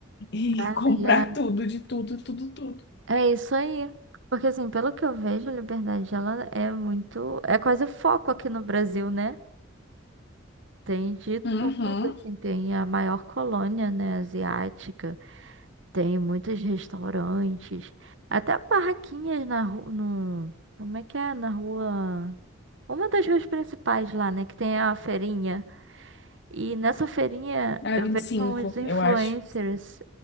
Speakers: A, on the left (about 60°); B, on the right (about 65°).
A: E
B: Ah,
A: comprar
B: e é
A: tudo, de tudo, tudo, tudo.
B: é isso aí. Porque assim, pelo que eu vejo, a liberdade ela é muito, é quase foco aqui no Brasil, né? Tem de tudo,
A: Uhum.
B: assim, tem a maior colônia, né, asiática, tem muitos restaurantes, até barraquinhas na rua, no, como é que é, na rua, uma das ruas principais lá, né, que tem a feirinha, e nessa feirinha
A: Ah,
B: eu
A: vinte
B: vejo
A: e cinco
B: uns influencers,
A: eu acho.